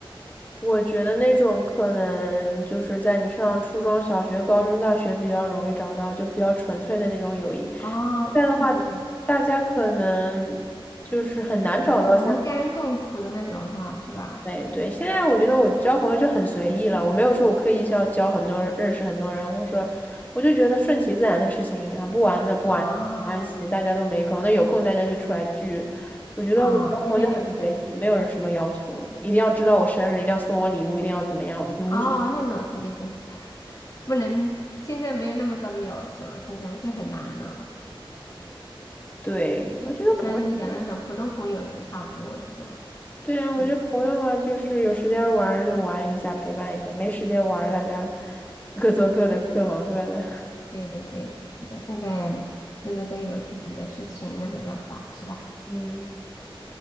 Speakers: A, on the left; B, on the left.
A: 我觉得那种可能就是在你上初中小学、高中、大学比较容易找到，就比较纯粹的那种友谊。
B: 哦，
A: 这样的话，
B: 对对对，
A: 大家可能就是很难找到像
B: 就同甘共苦的那种哈，是吧？
A: 对对。现在我觉得我交朋友就很随意了，我没有说我刻意要交很多人认识很多人，或者说我就觉得顺其自然的事情啊，不玩的不玩没关系，
B: 啊。
A: 大家都没空，那有空大家就出来聚。我觉得我交朋友就很随意，
B: 啊，对对对对对，
A: 没有什么要求一定要知道我生日，一定要送我礼物，一定要怎么样，无所。
B: 哦，那种肯定不 <laughs> 不能，现在没有那么高的要求了，现在就很难了。
A: 对，我觉得朋友，
B: 像你讲那种普通朋友就差不多这种，
A: 对啊，我觉得朋友嘛，
B: 真的，
A: 就是有时间玩儿就玩一下，陪伴一下；没时间玩儿大家 <laughs> 各做各的，各忙各的。
B: 对对对，是的，现在各个都有自己的事情，那没办法，是吧？
A: 嗯，